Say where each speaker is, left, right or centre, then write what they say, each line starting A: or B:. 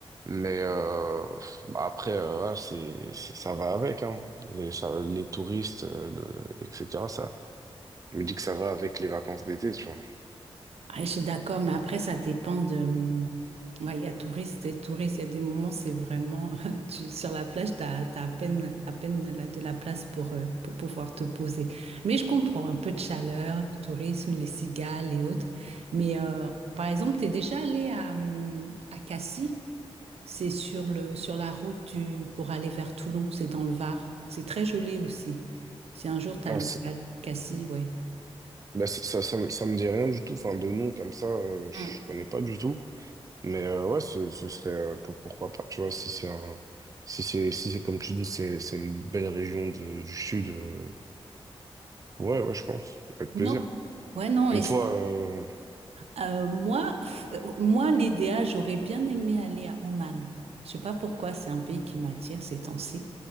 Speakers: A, on the right (about 35°); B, on the right (about 85°).
A: mais euh, bah après euh, ouais, c'est c'est- ça va avec hein. Les ça- les touristes euh, le- etc. ça je me dis que ça va avec les vacances d'été tu vois.
B: Ouais, je suis d'accord, mais après, ça dépend de... mmh, Ouais, il y a touristes et touristes. Il y a des moments, c'est vraiment... <laughs> Tu, sur la plage, tu as, à peine, à peine de la, de la place pour, euh, pour pouvoir te poser. Mais je comprends un peu de chaleur, tourisme, les cigales et autres. Mais euh, par exemple, tu es déjà allé à, hum, à Cassis. C'est sur le, sur la route du, pour aller vers Toulon. C'est dans le Var. C'est très joli aussi. Si un jour, tu
A: Bah,
B: as le
A: c'est-
B: Cassis, ouais.
A: bah, ça, ça, ça me ça me dit rien du tout enfin de nom comme ça euh, je
B: Mm.
A: connais pas du tout mais euh, ouais ce, ce serait euh, pour- pourquoi pas tu vois si c'est un si c'est si c'est comme tu dis c'est c'est une belle région de, du sud euh, Ouais, ouais, je pense. Avec
B: Non?
A: plaisir.
B: Ouais, non,
A: Et
B: et ça,
A: toi, euh...
B: Euh, moi, pff, euh, moi, l'idéal, j'aurais bien aimé aller à Oman. Je sais pas pourquoi, c'est un pays qui m'attire ces temps-ci.